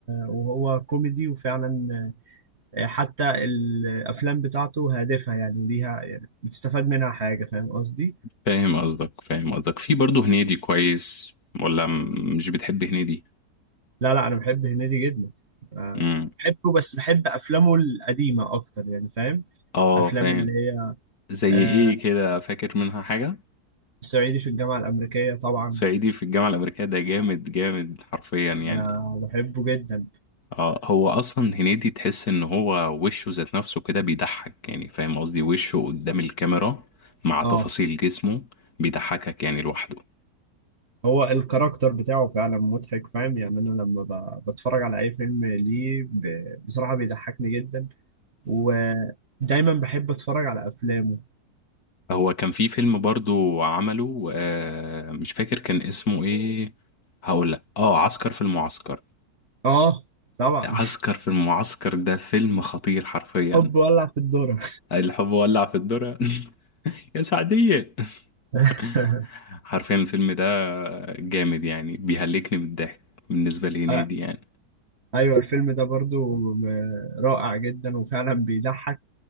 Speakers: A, on the right; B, on the left.
A: وهو كوميدي وفعلا آه، حتى الأفلام بتاعته هادفة يعني ليها يعني بتستفاد منها حاجة فاهم قصدي؟
B: فاهم قصدك فاهم قصدك في برضه هنيدي كويس ولا م- مش بتحب هنيدي
A: لا لا أنا بحب هنيدي جدا آه،
B: امم
A: بحبه بس بحب أفلامه القديمة أكتر يعني فاهم؟
B: اه
A: أفلام
B: فاهم
A: اللي هي
B: زي
A: آه،
B: ايه كده فاكر منها حاجة
A: صعيدي في الجامعة الأمريكية طبعا
B: صعيدي في الجامعة الأمريكية ده جامد جامد حرفيا يعني
A: أنا بحبه جدا
B: اه هو اصلا هنيدي تحس ان هو وشه ذات نفسه كده بيضحك يعني فاهم قصدي وشه قدام الكاميرا مع تفاصيل
A: اه
B: جسمه بيضحكك يعني لوحده
A: هو الكاركتر بتاعه فعلا مضحك فاهم يعني أنا لما ب- بتفرج على أي فيلم ليه ب- بصراحة بيضحكني جدا ودايما بحب أتفرج على أفلامه
B: هو كان في فيلم برضو عمله آه مش فاكر كان اسمه ايه هقول لك اه عسكر في المعسكر
A: اه طبعا
B: عسكر في المعسكر ده فيلم خطير حرفيا
A: <laughs> حب ولع في الدورة
B: الحب ولع في الدرة <laughs> يا سعدية
A: <laughs>
B: <laughs> حرفيا الفيلم ده جامد يعني بيهلكني بالضحك بالنسبة لهنيدي
A: آه،
B: يعني
A: ايوه الفيلم ده برضو م- رائع جدا وفعلا بيضحك